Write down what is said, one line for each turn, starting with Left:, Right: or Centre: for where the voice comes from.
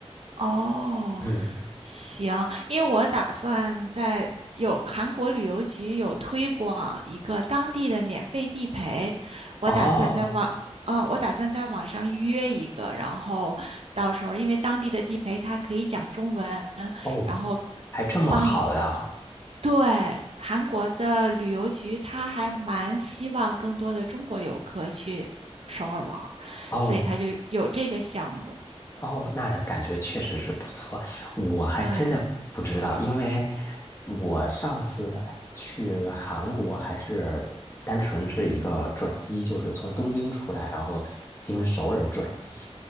Right: 哦，
Left: 嗯，
Right: 行，因为我打算在有韩国旅游局有推广一个当地的免费地陪，我打算在网啊、
Left: 哦
Right: 我打算在网上预约一个，然后到时候因为当地的地陪他可以讲中文，
Left: 哦，
Right: 然后
Left: 还这么好呀？
Right: 帮你。对，韩国的旅游局他还蛮希望更多的中国游客去首尔玩儿，
Left: 哦，
Right: 所以他就有这个项目。
Left: 哦，那感觉确实是不错，我还真的不知道，
Right: 对。
Left: 因为我上次去韩国还是单纯是一个转机，就是从东京出来，然后经首尔转机。